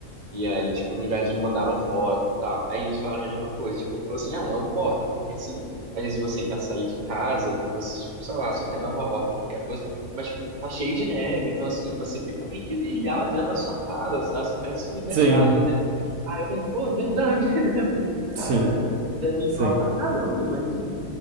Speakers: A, on the right; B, on the right.
A: E aí, tipo, no inverno já me mandaram foto e tal. Aí eles falaram a mesma coisa. Tipo, eu falei assim, ah, é um porre, porque assim, às vezes você quer sair de casa, você, sei lá, só quer dar uma volta, qualquer coisa, mas tipo, tá cheio de neve, então assim, você fica meio que ilhado dentro da sua casa, sabe? Você perde sua liberdade,
B: Sim,
A: né? Aí eu falei, pô, é verdade, <laughs> né? Porque,
B: sim,
A: cara, deve enjoar
B: sim,
A: pra caramba, imagina.